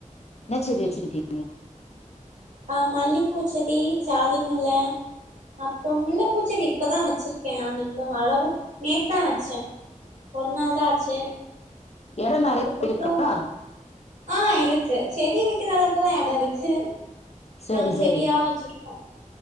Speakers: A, on the left; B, on the right.
A: என்ன செடி வச்சுரிக்க
B: ஆ மல்லிப்பூச் செடி ஜாதி முல்ல அப்றோ முல்ல பூச்செடி இப்பதா வச்சிருக்கே அது இப்ப வளரு நேத்தா வச்சே ஒரு நாள் தா ஆச்சு
A: எடோ நெறைய
B: அதுக்கப்புறோ
A: இருக்கா
B: ஆ இருக்கு செடி வைக்கிற அளவுக்கெல்லா எடோ இருக்கு
A: சரி
B: நாங்க செடியா
A: சரி
B: வச்சிருக்கோ